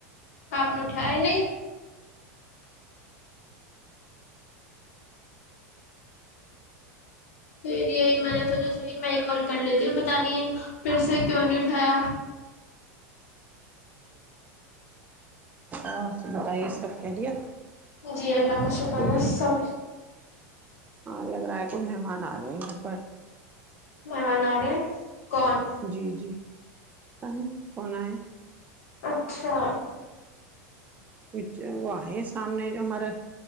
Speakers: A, on the left; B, on the right.
A: آپ ن ھ ہے نہیں پھر یہی میں نے تھوڑا چلی میں ہی کال کر لیتی ہوں پتا نہیں پھر سے کیوں نہیں اٹھایا
B: آپ بتائیے سب خیریت
A: جی اللہ کا شکر
B: کوئی
A: ہے سب
B: ہاں لگ رہا ہے کوئی مہمان آ گئے گھر پر
A: م م نہ رہے کون
B: جی جی پت نہیں کون ہے
A: اچھا
B: اچھ وہئے سامنے جو ہمارا